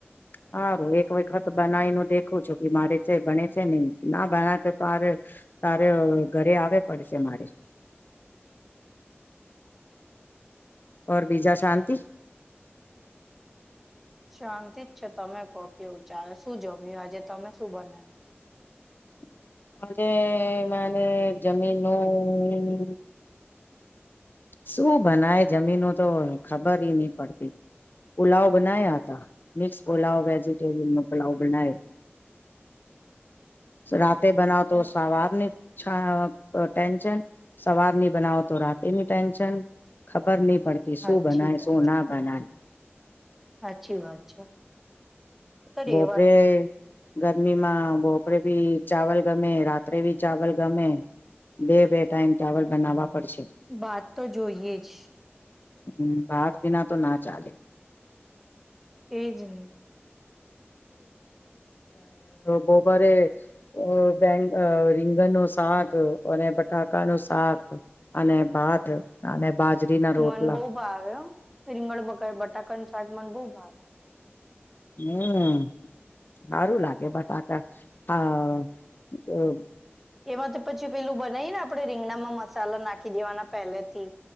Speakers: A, on the left; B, in the centre.
A: સારું એક વખત બનાવી ન દેખું છું કે મારે જે ભને છે નને ના બના તો તોરે તારે ઘરે આવે પડશે મારી ઓર બીજા શાંતિ
B: શાંતિ જ છે તમે કો કેવું ચારે શું જમ્યું આજે તમે શું બનાવ તું
A: <inaudible> આજે માને જમીનનું શું બનાય જમીનો તો ખબર નહ પડતી પુલાવ બનાયા હતા મિક્સ પુલાવ વેજીિટેરિયન નો પુલાવ બનાવ રાતે
B: બરાબર
A: બનાવ તો સવારને ા ટેન્શન સવાર નની બનાવો તો રાતે ની ટેન્શન ખબર નહ પડતી
B: સાચી
A: શું બનાય
B: વાત
A: શું ના બનાય
B: સાચી વાત છે તો રેવાનું
A: ભોપરેે
B: જ
A: ગરમીમાં ભોપરેે ભી ચાવલ ગમે રાત્રે ભી ચાવલ ગમે બે બે ટાઈમ ચાવલ બનાવવા પડશે
B: વાત તો જોઈએ જ
A: હમ બાત બિના તો ના ચાલે
B: એજ ન
A: બોબરે બે રીંગનો શાક અને બટાકા નું શાક અને ભાત અને બાજરી ના રોટલા
B: મન બહ ભાવ રીંગળ બટાકાનું શાક મન બહ ભાવ
A: હમ સારું લાગે બટ આકા હા
B: એમાંથી પછી પેલું બનાઈ ને આપડણે રીંગણામાં મસાલા નાખી દેવાના પહેલેથી